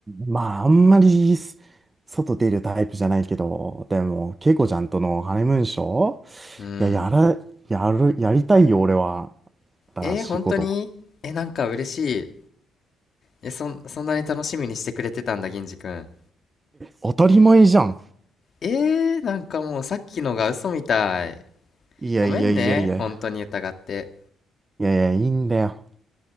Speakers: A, on the right; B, on the left.
A: まあ、あんまりす外出るタイプじゃないけど、でも、ケイコちゃんとのハネムーンショ
B: うん
A: ーいや、やら、やる、やりたいよ、俺は。新しいこと。
B: えー、本当にえ、なんか嬉しい。え、そん、そんなに楽しみにしてくれてたんだ、銀次くん。
A: 当たり前じゃん。
B: えー、なんかもうさっきのが嘘みたい。
A: いやいやいやいや。
B: ごめんね、本当に疑って。
A: いやいや、いいんだよ。